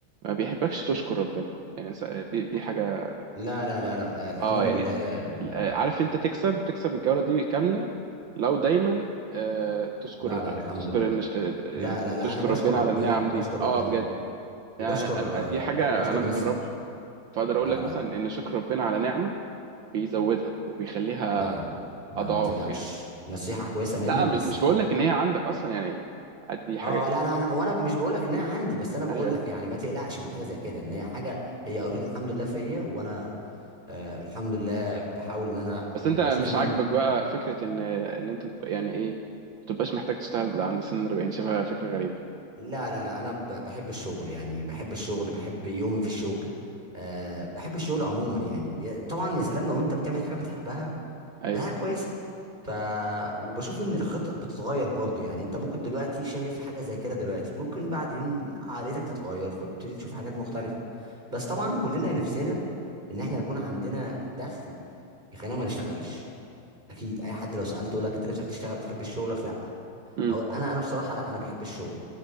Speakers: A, on the right; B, on the right.
A: ما بيحبكش تشكر ربنا يعني إنس- دي دي حاجة
B: لا لا لا لا آه، الحمد
A: اه يعني
B: لله لا
A: ال- آه،
B: لا
A: عارف
B: لا
A: انت تكسب تكسب الجولة دي كاملة لو دايما آه تشكر
B: لا لا الحمد
A: تشكر
B: لله
A: إن- آه، يعني
B: لا
A: تشكر
B: لا لا انا بشكر
A: ربنا
B: ربنا
A: على النعم
B: بشكر
A: دي
B: ربنا
A: اه بجد
B: وبشكر
A: يعني أنا-
B: آه،
A: دي حاجة
B: ب- بشكر
A: انا مجربها
B: ناس
A: فاقدر اقول
B: لا
A: لك
B: لا
A: مثلا
B: لا
A: ان شكر ربنا على نعمة بيزودها وبيخليها
B: لا لا لا لا
A: اضعاف
B: ما تقلقش
A: يعني
B: نصيحة كويسة منك
A: لا م-
B: بس
A: مش
B: ما
A: بقول
B: تقلقش
A: لك ان هي عندك اصلا يعني عادي دي حاجه
B: اه
A: كده
B: لا انا انا وانا مش بقول لك ان انا عندي بس انا بقول
A: ايوه أيوة.
B: لك يعني ما تقلقش من حاجه زي كده ان هي حاجه هي اوريدي الحمد لله فيا وانا آه الحمد لله بحاول ان انا
A: بس
B: يعني
A: انت
B: بشوف
A: مش
B: ان
A: عاجبك
B: انا
A: بقى فكره ان ان انت تبقى يعني ايه ما تبقاش محتاج تشتغل عند سن 40 شايفها فكره غريبه
B: لا لا لا انا ب- بحب الشغل يعني بحب الشغل بحب يومي في الشغل آه بحب الشغل عموما يعني يا- طبعا يا سلام لو انت بتعمل حاجه بتحبها
A: ايوه
B: ده حاجه كويسه ف وبشوف ان الخطط بتتغير برضو يعني انت ممكن دلوقتي شايف حاجه زي كده دلوقتي ممكن بعدين عقليتك تتغير فبتبتدي تشوف حاجات مختلفه بس طبعا كلنا نفسنا ان احنا يكون عندنا دخل يخلينا ما نشتغلش اكيد اي حد لو سالته يقول لك انت نفسك تشتغل بتحب شغلك لا
A: امم
B: أو انا انا بصراحه لا انا بحب الشغل